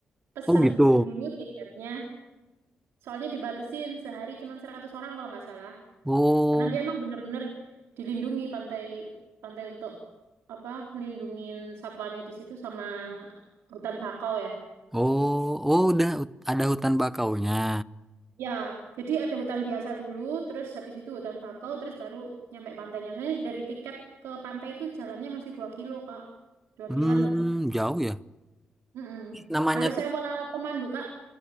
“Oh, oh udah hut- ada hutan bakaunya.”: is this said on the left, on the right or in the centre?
Centre